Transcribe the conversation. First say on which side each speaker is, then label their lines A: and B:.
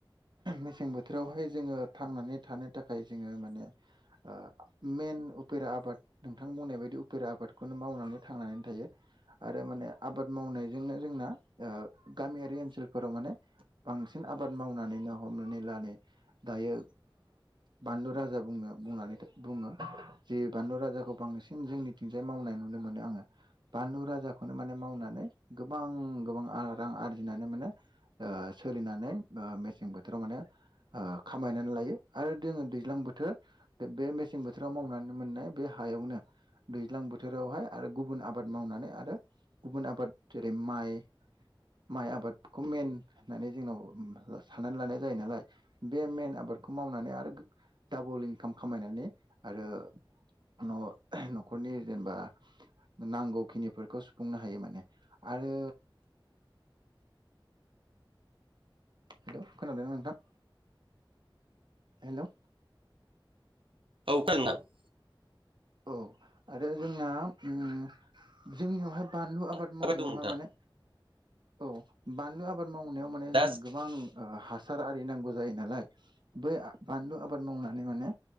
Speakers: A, on the right; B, on the right.
A: मेसें बोथोरावहाय जोङो थांनानै थानो थाखाय जोङो माने ओ मेन उपेरा आबाद नोंथां बुंनाय बायदि उपेरा आबादखौनो मावनानै थांनानै थायो आरो माने आबाद मावनायजोंनो जोंना ओ गामियारि ओनसोलफोराव माने बांसिन आबाद मावनानैनो हमनानै ला नै दायो बानलु राजा बु बुं बुङो जे बानलु राजाखौ बांसिन जोंनिथिंजाय मावनाय नुनो मोनो आङो बानलु राजाखौनो माने मावनानै गोबां गोबां रां आरजिनो फनानै <unintelligible> माने ओ सोलिनानै ओ मेसें बोथोराव माने आ खामायनानै लायो आरो जोङो दैज्लां बोथोर बे मेसें बोथोराव मावनानै मोननाय बे हायावनो दैज्लां बोथोरावहाय आरो गुबुन आबाद मावनानै आरो गुबुन आबाद जेरै माइ माइ आबादखौ मेन होननानै जोंनाव साननानै लानाय जायो नालाय बे मेन आबादखौ माव मावनानै आरो डाबल इनकाम खामनानै आरो न'खर न'खरनि जेनेबा नांगौ खिनिफोरखौ सुफुंनो हायो माने आरो हेलौ खोनादोंना नोंथां हेलौ
B: औ खोनादों नोंथां
A: औ आरो जोंना ओम जोंनियावहाय बानलु आबाद
B: खोनाबाय
A: मावनायावहाय
B: दं नोंथां
A: माने औ बानलु आबाद मावनायाव माने
B: दा
A: जोंनो गोबां आं हासार आरि नांगौ जायो नालाय बै बानलु आबाद मावनानै माने